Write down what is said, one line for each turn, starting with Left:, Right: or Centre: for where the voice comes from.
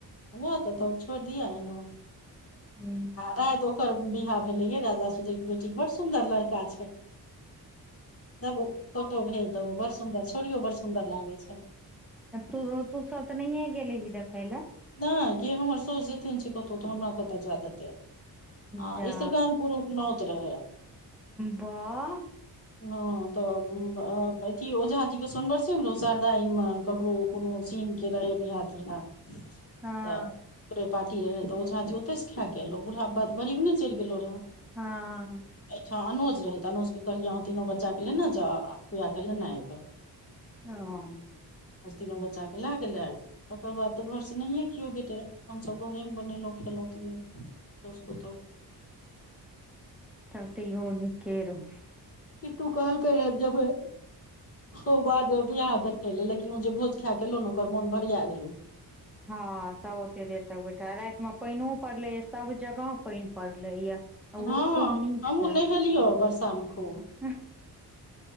Left: ह त‌तो छोड़ दिया है ने
Centre: ह
Left: राति ओकर बियाह भेलेे राजा सुदी बेटी बड़ सुन्दर लड़का छै देबो फोटो भेज देबो बड़ सुन्दर छोड़ियो बड़ सुंदर लागे छै
Centre: तू तू सब त नहिए गेल हेबही देखै लए
Left: नहि गे हमर साउस जाइते नहि छै कतहु त हमरा कत जाय देतै आ
Centre: जा
Left: इस्रगन पुरुख नौत रहै
Centre: बाह
Left: हँ तऽ अथी ओझा जी के सुनवरसे शारदा आनमे ककरो कोनो सीन के रहै बियाह तियाह
Centre: हँ
Left: तऽ ओेकरे पार्टी रहै तऽ ओ झााजी ओतहिसँ खा कऽ एलहु बूढ़ा बात गरीब नहि चलि गेलो रहए
Centre: हँ
Left: एहिठाम अनज रहैत अनज के कहलियै अहाँ तीनो बच्चा के लेने जाउ खुआ के लेने एयबै
Centre: हँ
Left: दस तीनो बच्चा के लए गेले तकर बाद तो घर सह को अपनस घरे मे बनेेलो खेलती हैसतो
Centre: तब तै ओ निके रहौ
Left: किट्टू कहलकैये जेबै ओ बाद वियाह देखै लए लेकिन ओ जे भोज खाय कलहु ने ओकर मोन भरिया गेलहु
Centre: हँ तब ओतेक देर तक बैठल रातिमे पानिओ पड़लैए सभजगह पानि पड़लैए ओहो
Left: हँ
Centre: खूब नीक
Left: हमहुँ
Centre: से
Left: नहेलियो बरसामे खूब
Centre: <inaudible>